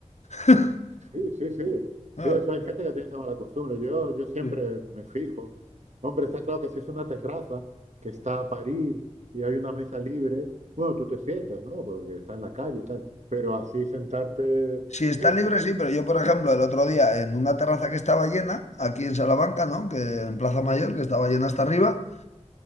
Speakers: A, on the left; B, on the right.
A: <laughs>
B: Sí, sí, sí.
A: Ah,
B: Sí, eso hay gente que tiene esa mala costumbre. Yo, yo siempre
A: sí.
B: me fijo. Hombre, está claro que si es una terraza que está a parir y hay una mesa libre, bueno, tú te sientas, ¿no? Porque está en la calle y tal. Pero así sentarte,
A: Si está
B: uff,
A: libre, sí, pero yo, por ejemplo, el otro día en una terraza que estaba llena, aquí en Salamanca, ¿no? Que en Plaza Mayor, que estaba llena hasta arriba.